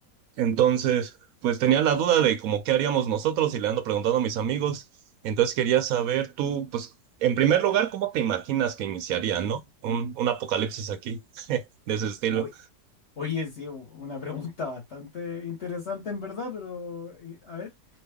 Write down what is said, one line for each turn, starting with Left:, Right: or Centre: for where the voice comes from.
Right: Entonces, pues tenía la duda de como qué haríamos nosotros y le ando preguntando a mis amigos. Entonces quería saber tú, pues, en primer lugar, ¿cómo te imaginas que iniciaría, no? Un, un apocalipsis aquí, <laughs> de ese estilo.
Left: Oy- Oye, sí, u- una pregunta bastante interesante en verdad, pero eh, a ver,